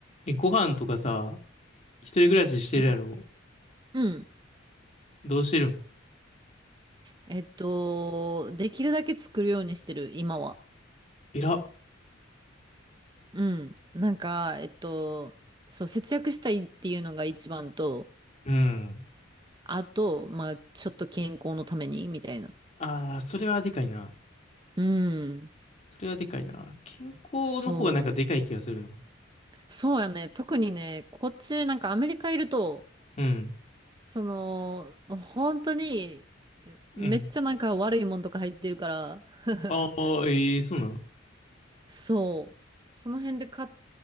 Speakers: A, on the left (about 35°); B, on the right (about 25°).
A: え、ご飯とかさ、一人暮らししてるやろ
B: うん。うん
A: どうしてるん
B: えっと、できるだけ作るようにしてる、今は。
A: えら。
B: うん。なんか、えっと、そう、節約したいっていうのが一番と、
A: うん。
B: あと、まあ、ちょっと健康のために、みたいな。
A: ああ、それはでかいな。
B: うん。
A: それはでかいな。健康の方がなんかでかい気がするな。
B: そう。そうやね。特にね、こっち、なんかアメリカいると、
A: うん。
B: その、本当に、
A: うん。
B: めっちゃなんか悪いもんとか入ってるから、<laughs>
A: ああ、ええそうなの
B: そう。その辺で買っ